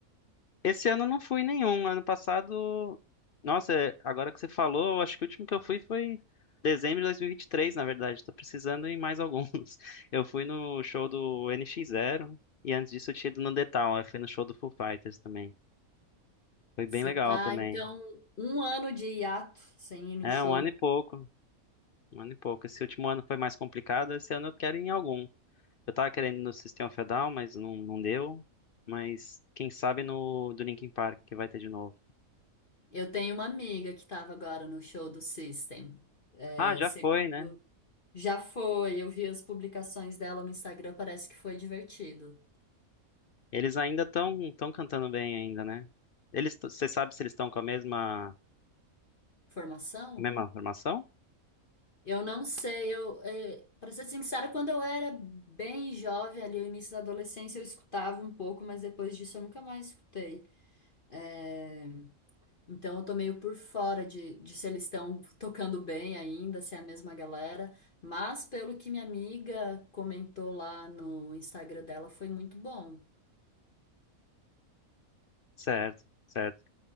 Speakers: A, on the left (about 60°); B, on the left (about 40°).
A: Esse ano eu não fui nenhum. Ano passado. Nossa, é- agora que você falou, eu acho que o último que eu fui foi dezembro de 2023, na verdade. Tô precisando ir em mais alguns. <laughs> Eu fui no show do NX Zero e antes disso eu tinha ido no The Town. Eu fui no show do Foo Fighters também. Foi bem
B: Você
A: legal
B: tá,
A: também.
B: então, um ano de hiato sem ir no
A: É,
B: show.
A: um ano e pouco. Um ano e pouco. Esse último ano foi mais complicado, esse ano eu quero ir em algum. Eu tava querendo ir no sistema of mas não, não deu. Mas quem sabe no do Linkin Park, que vai ter de novo.
B: Eu tenho uma amiga que estava agora no show do System. É,
A: Ah, já
B: seg-
A: foi, né?
B: Já foi, eu vi as publicações dela no Instagram, parece que foi divertido.
A: Eles ainda estão tão tão cantando bem ainda, né? Eles, você sabe se eles estão com a mesma,
B: Formação?
A: mesma formação?
B: Eu não sei, eu, é, para ser sincera, quando eu era bem jovem, ali no início da adolescência, eu escutava um pouco, mas depois disso eu nunca mais escutei. É, Então eu tô meio por fora de, de se eles estão tocando bem ainda, se é a mesma galera. Mas pelo que minha amiga comentou lá no Instagram dela, foi muito bom.
A: Certo, certo.